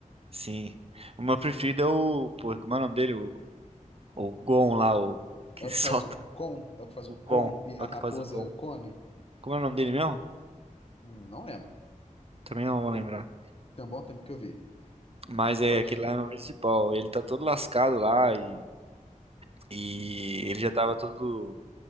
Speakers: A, on the right; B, on the left.
A: Sim. O meu preferido é o, pô, como é o nome dele? O, o Gon lá, o que
B: É o
A: solta
B: que faz o Kon, é o que faz
A: o
B: o
A: Gon,
B: Kon e a
A: é o
B: raposa
A: que faz o Gon.
B: come.
A: Como é o nome dele mesmo?
B: Hum, Não lembro.
A: Também não vou lembrar.
B: Tem, tem um bom tempo que eu vi.
A: Mas é
B: Poxa.
A: aquele lá no principal. Ele tá todo lascado lá e, e ele já tava todo